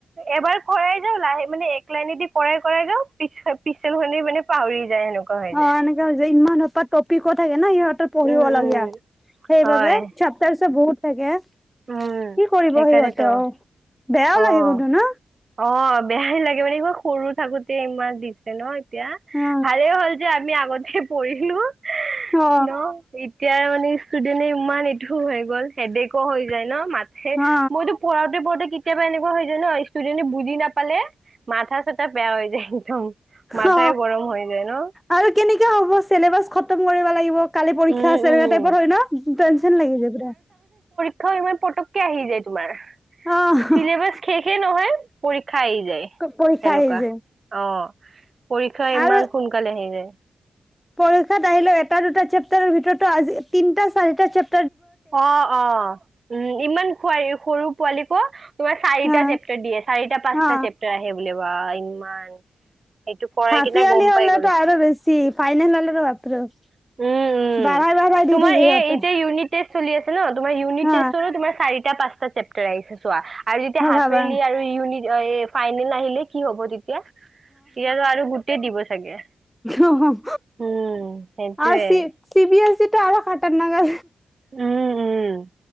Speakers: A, on the right; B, in the centre.
A: এবাৰ কৰাই যাও লাহে মানে এক লাইনেদি কৰাই কৰাই যাও পি পিচেল খি মানে পাহৰি যায় সেনেকুৱা হৈ
B: অ',
A: যায়
B: এনেকে হৈছে, ইমান সোপাত টপিকো থাকে। নাই সিহঁতৰ পঢ়িব
A: উম
B: লগীয়া
A: উম
B: সেইবাবে
A: হয়
B: চাপটাৰছ বহুত থাকে
A: উম
B: কি কৰিব
A: সেইকাৰণেতো
B: সিহঁতে অ'। বেয়াও
A: অ',
B: লাগে কিন্তু ন
A: অ' বেয়াই লাগে মানে, ইমান সৰু থাকোতে ইমান। দিছে ন এতিয়া
B: অ
A: ভালেই হ'ল যে আমি আগত পৰিহি নহ-নহ
B: অ
A: এতিয়াই মানে। ষ্টুডেন্টে ইমান এইটো হৈ গ'ল, হেদেকো হৈ যায় নহ? মাথে,
B: অ
A: মইতো পঢ়াতে পঢ়াতে কেতি কেতিয়াবা এনেকুৱা হৈ যায় ন ষ্টুডেণ্টে বুজি নাপালে মাথা চাটা বেয়া হৈ যায় একদম মাথাই
B: অ
A: গৰম হৈ যায় ন
B: আৰু কেনেকে হ'ব চেলেবাছ খ তম কৰিব লাগিব কালি পৰীক্ষা
A: উম
B: আছে
A: উম
B: এনেকা টাইত হয় ন টেনচন লাগি যায় পোৰা
A: থ, ইমান পটককে আহি যায় তোমাৰ
B: অ
A: চিলেবাচ শেষে নহয়। খাই যায়
B: পৰীক্ষা
A: সেনেকুৱা
B: আহি যায়
A: অ', পৰীক্ষা ইমান
B: আৰু
A: সোনকালে আহি যায়।
B: পৰীক্ষাত আহিলে এটা দুটা চেপটাৰৰ ভিতৰৰ টো তিনিটা-চাৰি চেপ
A: অ, অ, উম, ইমান খোৱাৰী সৰু পোৱালীকো তোমাৰ চাৰিটা
B: অ
A: চেপ্তাৰ দিয়ে চাৰিটা পাঁচটা
B: অ
A: চেপ্টাৰ আহ বোলে বা ইমান। সেইটো কৰাই
B: হাফ
A: কিনে
B: ইয়াৰ্লি
A: গম
B: হলেতো
A: পাই গলো
B: আৰু বেছি ফাইনেল হলেতো বাপৰে বাপ।
A: উম উম
B: বাৰাই বাৰাই
A: তোমাৰ
B: দি থাকে
A: এই
B: সিহঁতে।
A: এতিয়া ইউনিট টেষ্ট চলি আছে ন, তোমাৰ উনিতেষ্টৰো
B: অ
A: চাৰিটা - পাঁচটা চেপ্টাৰ আহিছে চোৱা। আৰু যেতিয়া
B: অ
A: হাফ
B: ভাবা
A: ইয়াৰলি আৰু ইউনিট ফাইনেল আহিলে কি হ'ব তেত তিয়া আৰু গোটেই দিব চাগে।
B: অ',
A: উম সেইটোয়ে
B: আও চি, চি বি এছ ইত আৰু খাটাৰনাক আ
A: উম উম